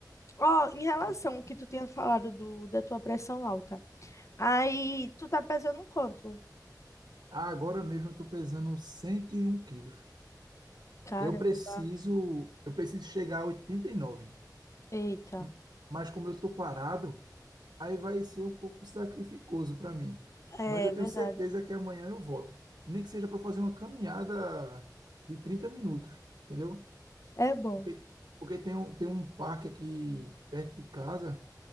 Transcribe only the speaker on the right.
E-
ah, agora mesmo eu tô pesando 101 quilos.
Eu preciso, eu preciso chegar a 89.
M- Mas como eu tô parado, aí vai ser um pouco sacrificoso para mim.
Mas eu
tenho certeza que amanhã eu volto. Nem que seja para fazer uma caminhada de 30 minutos, entendeu?
Porque, porque tem um, tem um parque aqui perto de casa